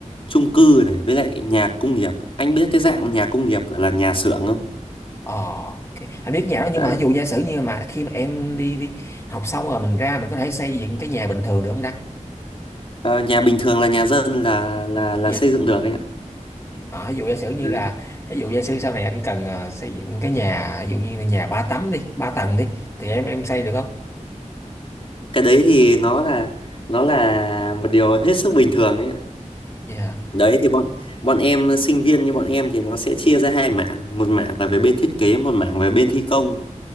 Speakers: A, on the left; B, on the left.
A: chung cư này với lại nhà công nghiệp anh biết cái dạng nhà công nghiệp gọi là nhà xưởng không
B: Ờ, ok. Anh biết nhà đó nhưng
A: đấy
B: mà ví dụ giả sử như mà khi mà em đi đi học xong rồi mình ra mình có thể xây dựng cái nhà bình thường được không Đăng?
A: Ờ, nhà bình thường là nhà dân là là là
B: Nha.
A: xây dựng được anh ạ
B: Ờ, ví dụ giả sử như
A: đấy.
B: là ví dụ giả sử sau này anh cần ờ, xây dựng cái nhà ví dụ như là nhà ba tấm đi, ba tầng đi thì em em xây được không?
A: cái đấy thì nó là nó là một điều hết sức bình thường ấy ạ.
B: Dạ.
A: đấy thì bọn bọn em sinh viên như bọn em thì nó sẽ chia ra hai mảng một mảng là về bên thiết kế một mảng về bên thi công